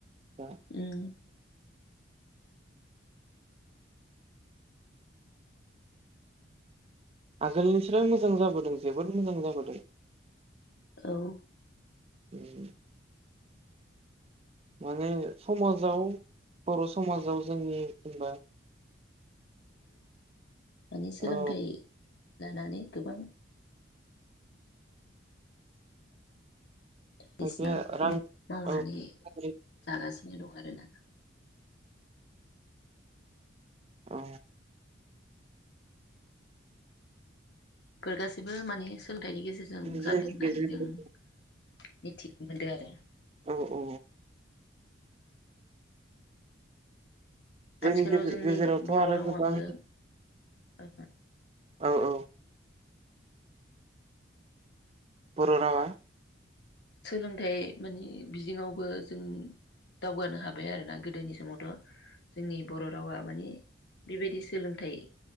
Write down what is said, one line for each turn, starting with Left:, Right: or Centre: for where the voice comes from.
Right: दा
Left: उम <inaudible>
Right: आगोलनिस्राय मोजां जाबोदों जोबोद मोजां जाबोदों
Left: औ
Right: उम माने समाजाव बर' समाजाव जोंनि जेनेबा
Left: माने सोलोंथाइ
Right: औ
Left: लानानै गोबां बायदिसिना
Right: खायफाया
Left: खामानि
Right: रां
Left: मावनानै
Right: औ औ
Left: जागासिनो दं आरो ना
Right: औ
Left: फोरफोर गासिबो माने सो सोलोंथाइनि गेजेरजों
Right: जोंनि
Left: जादों होननानै
Right: गेजेराव
Left: जों मिथिनो मोनदों आरो
Right: औ औ जोंनि
Left: आथिखालाव
Right: गेजेरावथ'
Left: बर'
Right: आरो
Left: रावाबो
Right: गोबां
Left: ओ
Right: औ औ बर' रावा
Left: सोलोंथाइ मानिे बिदिङावबो जों दावगानो हाबाय आरोना गोदोनि समावथ' जोंनि बर' रावा मानिे बेबायदि सोलोंथाइ